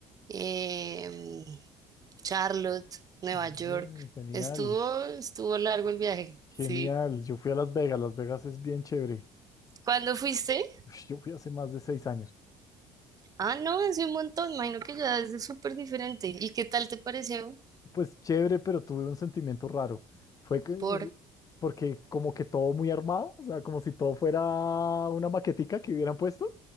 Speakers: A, on the right; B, on the left.
A: em, Charlotte, Nueva
B: Oye,
A: York.
B: genial,
A: Estuvo, estuvo largo el viaje,
B: genial.
A: sí.
B: Yo fui a Las Vegas, Las Vegas es bien chévere.
A: ¿Cuándo fuiste?
B: <laughs> Yo fui hace más de seis años.
A: Ah, no, hace un montón, imagino que ya es súper diferente. ¿Y qué tal te pareció?
B: Pues chévere, pero tuve un sentimiento raro. Fue que, eh,
A: Por
B: porque como que todo muy armado, o sea, como si todo fuera una maquetica que hubieran puesto.